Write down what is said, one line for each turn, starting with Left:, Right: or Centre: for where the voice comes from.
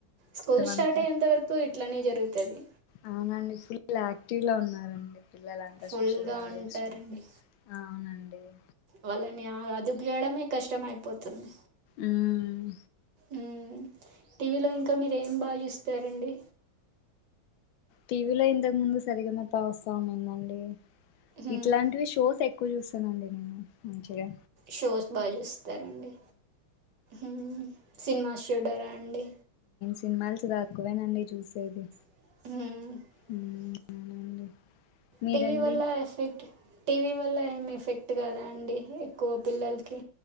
Right: స్కూల్ స్టార్ట్
Left: అంతా
Right: అయ్యేంత వరకు ఇట్లనే జరుగుత్ తది
Left: అవునండి ఫుల్ యాక్టివ్లో ఉన్నారండి పిల్లలంతా
Right: ఫుల్గా
Left: సోషల్ మీడియాస్
Right: ఉంటారండి
Left: లో అవునండి డి
Right: వాళ్ళని ఆ అదుపు చేయడమే కష్టం అయిపోతుంది
Left: ఉమ్
Right: ఉమ్ టీవీలో ఇంకా మీరు ఏం బా చూస్తారండి
Left: టీవీలో ఇంతకు ముందు సరిగమప వస్తా ఉన్నిందండి
Right: ఉమ్
Left: ఇట్లాంటివి షోస్ ఎక్కువ చూస్తానండి నేను మంచివే
Right: షోస్ బాగా చూస్తారండి ఉమ్ సినిమాస్ చూడారా అండి
Left: సినిమాల్స్ తాక్కువేనండి చూసేది
Right: ఉమ్
Left: మ్మ్ అవునండి మీరండి
Right: టీవీ వల్ల ఎఫెక్ట్ టీవీ వల్ల ఏం ఎఫెక్ట్ కదా అండి ఎక్కువ పిల్లలకి